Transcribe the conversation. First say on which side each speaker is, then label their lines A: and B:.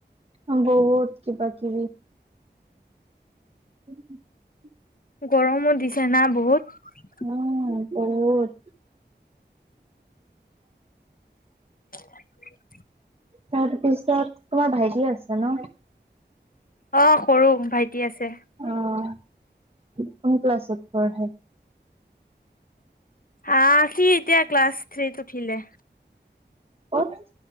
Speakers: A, on the right (about 30°); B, on the left (about 50°).
A: আহ বহুত কিবাকিবি হয় <inaudible>
B: গৰমো দিছে না বহুত
A: উম, বহুত
B: <inaudible> <unintelligible>
A: তাৰ পিছত তোমাৰ ভাইটি ভাইটি আছে ন
B: অ সৰু ভাইটি আছে
A: অ', কোন ক্লাছত পঢ়ে
B: আ সি এতিয়া ক্লাছ থ্ৰীত উঠিলে
A: ক'ত